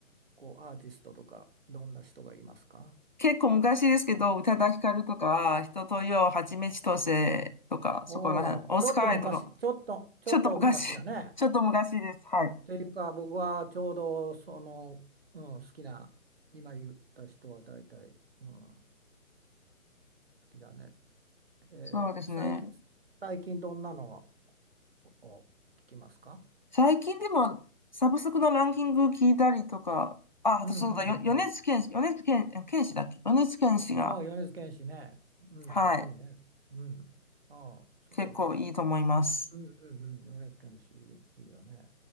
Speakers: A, on the right; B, on the left.
A: こうアーティストとか、どんな人がいますか
B: 結構昔ですけど、宇多田ヒカルとか、人とよ、はちみつとせとか、そこら辺、
A: おおー、
B: オスカイとか、
A: ちょっと昔、ちょっと、ちょっと昔だね。
B: ちょっと昔、<laughs> ちょっと昔です。はい。
A: というか、僕はちょうどその、うん、好きな、今言った人は大体、うん、好きだね。えー、
B: そうですね。
A: 最近、最近どんなのをを聞きますか
B: 最近でも、サブスクのランキング聞いたりとか、あ、
A: うんうんうん
B: あとそうだ、よ、米津玄師、米津玄、え玄師だっけ米津玄師が、
A: ああ、米津玄師ね。うん、
B: はい、
A: いいね。うん。ああ、そこ、
B: 結構いいと思います。
A: うんうんうん、米津玄師いいよね。